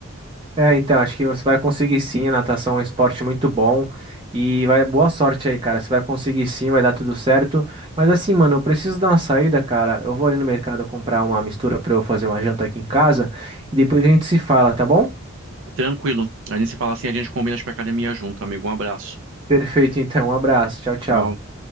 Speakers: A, on the right (about 25°); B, on the right (about 60°).
A: É, então, acho que você vai conseguir sim, a natação é um esporte muito bom e vai, boa sorte aí, cara. Você vai conseguir sim, vai dar tudo certo. Mas assim, mano, eu preciso dar uma saída, cara. Eu vou ali no mercado comprar uma mistura pra eu fazer uma janta aqui em casa e depois a gente se fala, tá bom?
B: Tranquilo. A gente se fala assim, a gente combina de ir pra academia junto, amigo. Um abraço.
A: Perfeito, então. Um abraço. Tchau, tchau.
B: Tchau.